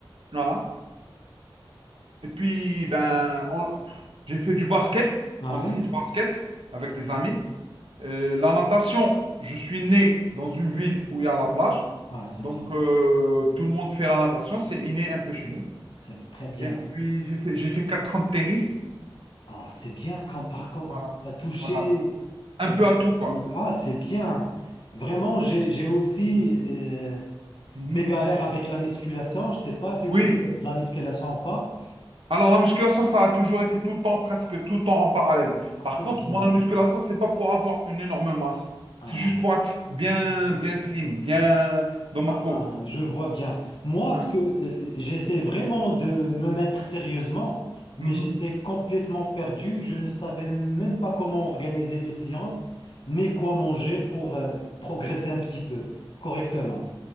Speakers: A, on the right; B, on the left.
A: Voilà. Et puis, ben, on- j'ai fait du basket,
B: Ah
A: en
B: oui?
A: street basket, avec des amis. Euh, la natation, je suis né dans une ville où il y a la plage.
B: Ah, c'est
A: Donc,
B: bien.
A: euh, tout le monde fait la natation. C'est inné un peu chez nous.
B: C'est très bien.
A: Et puis, j'ai fait, j'ai fait 4 ans de tennis.
B: Ah, c'est bien comme parcours.
A: Voilà.
B: hein. T'as touché.
A: Voilà. Un
B: euh,
A: peu à tout, quoi.
B: le... Ah, c'est bien. Vraiment, j'ai, j'ai aussi
A: Mm.
B: euh,
A: Mhm.
B: mes galères avec la musculation. Je ne sais pas si vous
A: Oui,
B: faites de la musculation ou pas.
A: Alors, la musculation, ça a toujours été tout le temps, presque tout le temps en parallèle.
B: Ah,
A: Par
B: c'est
A: contre,
B: bien.
A: moi, la musculation, c'est pas pour avoir une énorme masse.
B: Ah.
A: C'est juste pour être bien, bien slim, bien dans ma
B: Ah,
A: peau,
B: ah,
A: quoi.
B: je vois bien. Moi,
A: Ouais.
B: ce que euh, j'essaie vraiment de me mettre sérieusement, mais
A: Mhm.
B: j'étais complètement perdu. Je ne savais même pas comment organiser mes séances, ni quoi manger pour euh, progresser un petit peu correctement.